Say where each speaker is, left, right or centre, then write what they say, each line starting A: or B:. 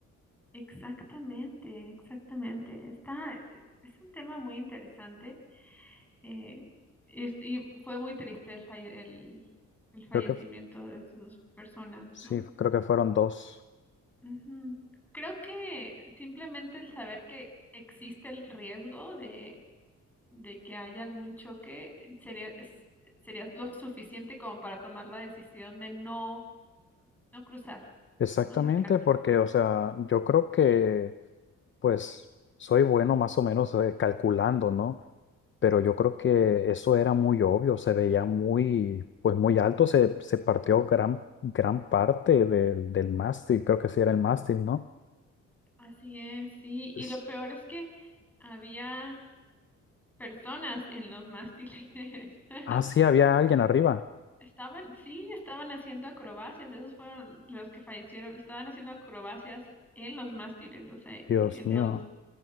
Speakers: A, in the centre; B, on the left.
A: Exactamente, exactamente. Está, es un tema muy interesante. eh, es- y fue muy triste el, falle- el, el fallecimiento
B: Creo que f-
A: de estas dos personas,
B: sí,
A: ¿no?
B: creo que fueron dos.
A: Ujú. Creo que simplemente el saber que existe el riesgo de de que haya algún choque, sería, es- sería lo suficiente como para tomar la decisión de no, no cruzar,
B: Exactamente,
A: no acercarse.
B: porque, o sea, yo creo que Pues soy bueno más o menos eh, calculando, ¿no? Pero yo creo que eso era muy obvio, se veía muy, pues muy alto, se, se partió gran, gran parte del, del mástil, creo que sí era el mástil, ¿no?
A: Así es, sí. Y
B: Es-
A: lo peor es que había personas en los mástiles. <laughs>
B: Ah, sí, había alguien arriba.
A: Estaban, sí, estaban haciendo acrobacias. Esos fueron los que fallecieron. Estaban haciendo acrobacias en los mástiles, o sea,
B: Dios
A: en
B: mío,
A: los,